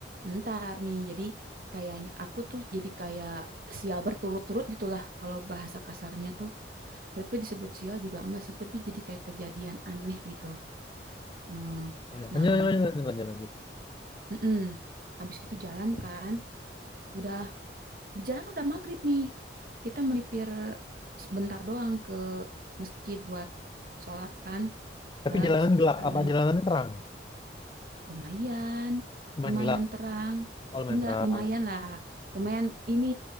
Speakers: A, on the right (about 50°); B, on the left (about 25°).
A: Ntar nih, jadi kayaknya aku tuh jadi kayak sial berturut-turut gitulah kalau bahasa kasarnya tuh tapi disebut sial juga enggak sih tapi jadi kayak kejadian aneh gitu Hmm,
B: Iya.
A: nah
B: Lanjut lanjut lanjut lanjut. lanjut.
A: mm habis itu jalan kan udah di jalan udah maghrib nih kita melipir sebentar doang ke masjid buat sholat kan
B: Tapi
A: udah
B: jalanan gelap
A: sekalian
B: apa jalanannya terang?
A: Lumayan,
B: Cuman
A: lumayan
B: gelap.
A: terang.
B: Oh, lumayan
A: Enggak,
B: terang.
A: lumayan lah. Lumayan ini,